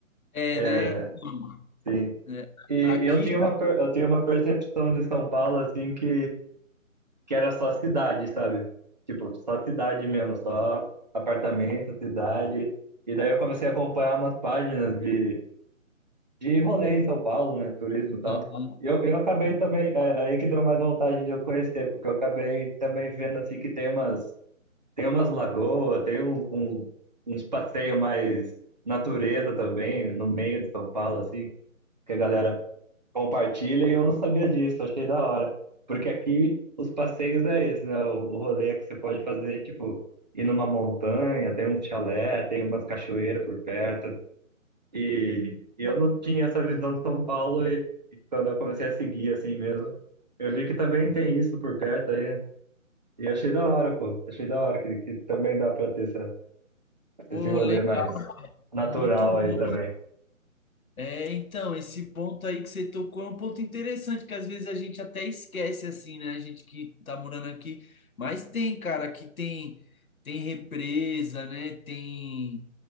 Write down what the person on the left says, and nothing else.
é,
né? Então,
é,
aqui,
Uhum.
Pô,
legal,
muito bom.
É, então, esse ponto aí que você tocou é um ponto interessante, que às vezes a gente até esquece, assim, né? A gente que tá morando aqui, mas tem, cara, que tem tem represa, né? Tem,